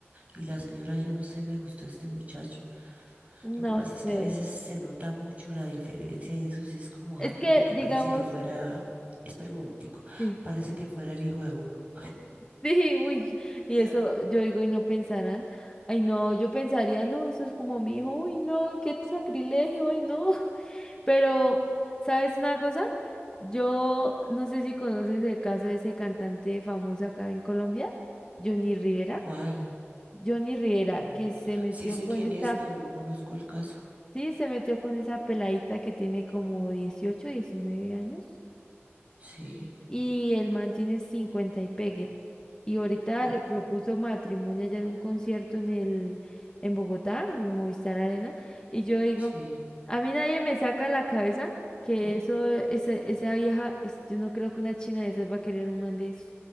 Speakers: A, on the right (about 30°); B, on the left (about 20°).
A: y la señora, yo no sé, me gustó este muchacho. Lo
B: No
A: que pasa es
B: sé.
A: que a veces se nota mucho la diferencia y eso sí es como
B: Es
A: harto
B: que,
A: porque
B: digamos,
A: parece que fuera, espera un momentico,
B: sí.
A: parece que fuera el hijo de uno.
B: Sí, uy,
A: <laughs>
B: y
A: ¿Sí
B: eso
A: o no?
B: yo digo, y no pensarán, ay no, yo pensaría, no, eso es como mi hijo, uy no, qué sacrilegio, ay no, <laughs> pero, ¿sabes una cosa? Yo no sé si conoces el caso de ese cantante famoso acá en Colombia, Johnny Rivera,
A: ¿Cuál?
B: Johnny Rivera,
A: Mm,
B: que se metió
A: sí sé
B: con
A: quién
B: esta,
A: es, pero no conozco el caso.
B: sí, se metió con esa peladita que tiene como 18 19 años.
A: Sí.
B: y el man tiene 50 y péguele. Y ahorita
A: Oh,
B: le propuso matrimonio allá en un concierto en el, en Bogotá, en Movistar Arena, y yo digo,
A: sí.
B: a mí nadie me saca de la cabeza que
A: Mm,
B: eso, esa, esa vieja, es- yo no creo que una china de esas va a querer un man de eso.